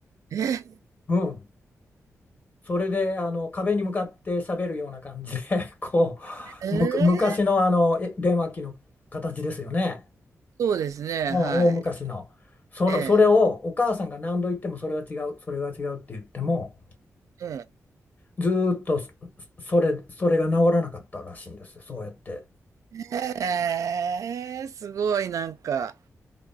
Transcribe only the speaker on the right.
ええ、
ええ、
そうですね、
はい。
ええ、
ええ、
ええ、すごいなんか、